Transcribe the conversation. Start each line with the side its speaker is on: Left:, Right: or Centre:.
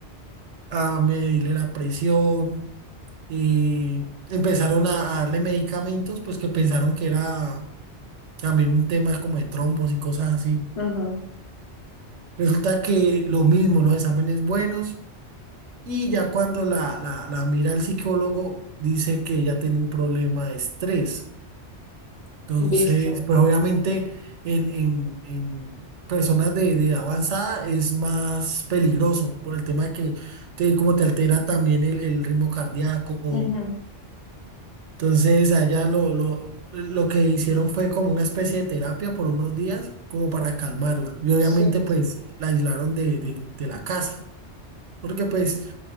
Right: a medirle la presión y empezaron a, a darle medicamentos pues que pensaron que era También un tema como de trombos y cosas así.
Left: Ujú,
Right: Resulta que lo mismo, los exámenes buenos y ya cuando la, la, la mira el psicólogo dice que ella tiene un problema de estrés. Entonces,
Left: Visto.
Right: pues obviamente en, en, en personas de, de avanzada es más peligroso por el tema de que te, como te altera también el, el ritmo cardíaco,
Left: Ujú,
Right: Entonces, allá lo, lo, lo que hicieron fue como una especie de terapia por unos días, como para calmarla. Y obviamente,
Left: Sí,
Right: pues, la aislaron de, de- de la casa, porque pues